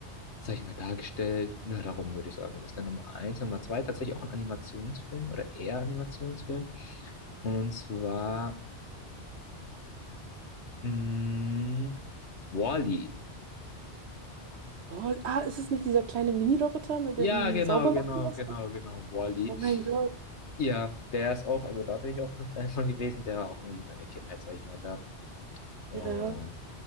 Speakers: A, on the left; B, on the right.
A: sag ich mal, dargestellt. Nur darum würde ich sagen, das ist der Nummer eins. Nummer zwei tatsächlich auch ein Animationsfilm oder eher Animationsfilm. Und zwar mh, Wall-E.
B: Oh, ah, ist es nicht dieser kleine Mini-Roboter, mit der
A: Ja,
B: irgendwie
A: genau,
B: sauber
A: genau,
B: macht oder
A: genau,
B: so?
A: genau, Wall-E.
B: Oh mein Gott.
A: Ja, der ist auch, also da bin ich auch ein Fan von gewesen, der war auch irgendwie meine Kindheit, sag ich mal, da. Und
B: Ja.